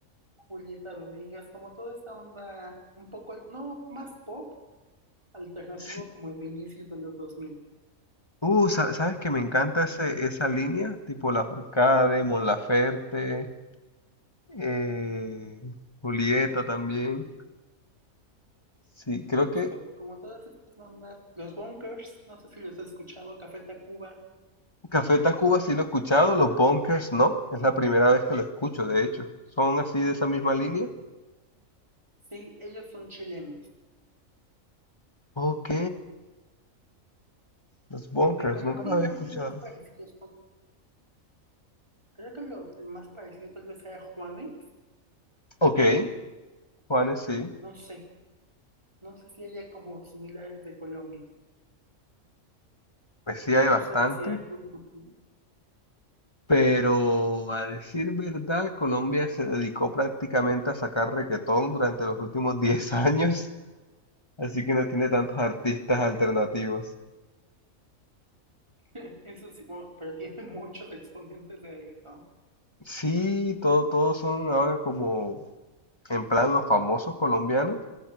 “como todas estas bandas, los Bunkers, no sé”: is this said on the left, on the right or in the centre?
Right